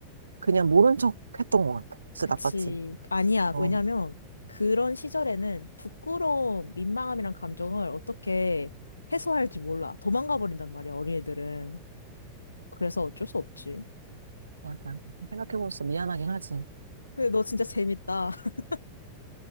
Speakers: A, on the right (about 75°); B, on the left (about 80°).
A: 그냥 모른 척 했던 것 같아. 진짜
B: 그치.
A: 나빴지.
B: 아니야.
A: 어,
B: 왜냐면 그런 시절에는 부끄러움, 민망함이란 감정을 어떻게 해소할지 몰라. 도망가 버린단 말이야, 어린애들은. 그래서 어쩔 수 없지.
A: 맞아. 생각해보면 진짜 미안하긴 하지.
B: 근데 너 진짜 재밌다. <laughs>